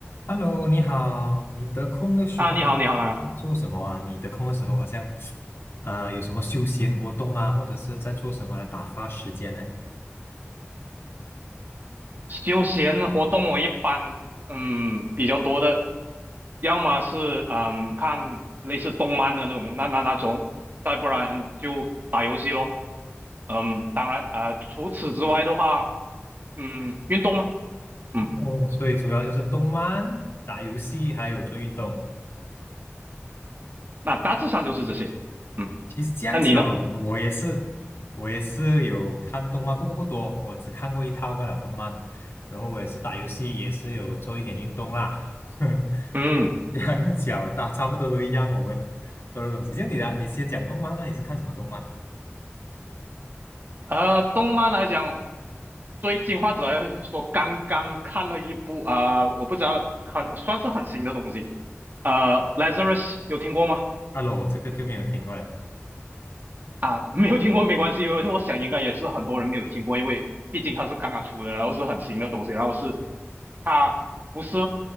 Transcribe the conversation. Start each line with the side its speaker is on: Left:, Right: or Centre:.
Left: Hello，你好，你得空的时候都在做什么啊？
Right: 啊，你好，你好，你好。
Left: 你得空的时候好像，啊、有什么休闲活动啊，或者是在做什么来打发时间呢？
Right: 休闲活动我一般，嗯，比较多的，要么是嗯看类似动漫的那种，那那那种，再不然就打游戏咯。嗯，当然，呃，除此之外的话，嗯，运动嘛，嗯，
Left: 哦，所以主要就是动漫、打游戏，还有做运动。
Right: 那大致上就是这些。嗯，
Left: 其实这样巧，
Right: 那你呢？
Left: 我也是，我也是有看动漫，不过不多，我只看过一套罢了动漫。然后我也是打游戏，也是有做一点运动啦。<laughs>
Right: 嗯。
Left: 两脚大差不多都一样，我们做的东西。像你的啊，你先讲动漫那你是看什么动漫？
Right: 呃，动漫来讲，最近或者来说刚刚看了一部啊、呃我不知道很算是很新的东西，呃，Lazarus 有听过吗？
Left: 啊，罗，这个就没有听过了
Right: 啊，<laughs> 没有听过没关系，因为我想应该也是很多人没有听过，因为毕竟它是刚刚出的，然后是很新的东西，然后是它不是